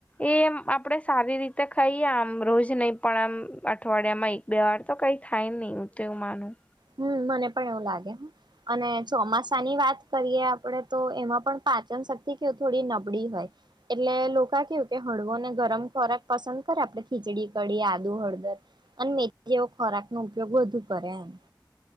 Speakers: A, on the left (about 15°); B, on the right (about 65°).
A: એમ આપણેે સારી રીતે ખાઈએ આમ રોજ નહી પણ આમ અઠવાડિયામાંય બે્વાર તો કંઈ થાય નહીં ઉત માનું
B: હમ મને પણ એવું લાગે અને ચોમાસા ની વાત કરીએ આપણેે તો એમાં પણ પાચન શક્તિ કે થોડી નબળી હોય એટલે લોકા કેવું કે હળવો ને ગરમ ખોરાક પસંદ કરે આપણે ખીચડી કડીી આદુ હળદર અને મે જેવો ખોરાક નો ઉપયોગ વધુ કરે એમ